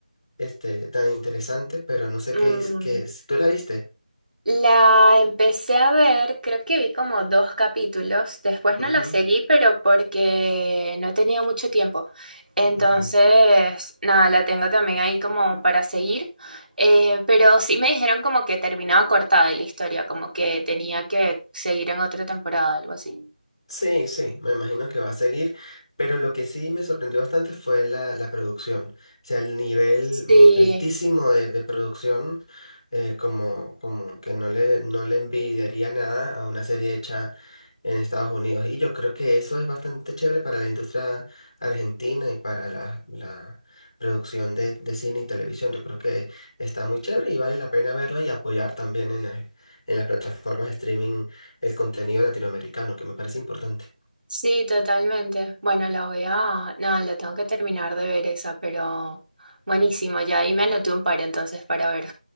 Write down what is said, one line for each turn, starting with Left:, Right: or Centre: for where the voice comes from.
Left: este, tan interesante, pero no sé
Right: Mm,
Left: qué es, que si tú la viste.
Right: la empecé a ver, creo que vi como dos capítulos, después no
Left: Ujú,
Right: la seguí, pero porque no he tenido mucho tiempo. Entonces,
Left: ujú.
Right: nada, la tengo también ahí como para seguir, Eh, pero sí me dijeron como que terminaba cortada la historia, como que tenía que seguir en otra temporada, algo así.
Left: Sí, sí, me imagino que va a seguir, pero lo que sí me sorprendió bastante fue la, la producción, o sea, el nivel
Right: Sí,
Left: mu- altísimo de, de producción, eh, como, como que no le, no le envidiaría nada a una serie hecha en Estados Unidos. Y yo creo que eso es bastante chévere para la industria argentina y para la, la producción de, de cine y televisión. Yo creo que está muy chévere y vale la pena verla y apoyar también en, el- en las plataformas de streaming el contenido latinoamericano, que me parece importante.
Right: sí, totalmente. Bueno, la voy a, nada, la tengo que terminar de ver esa, pero buenísimo, ya ahí me anoté un par entonces para ver.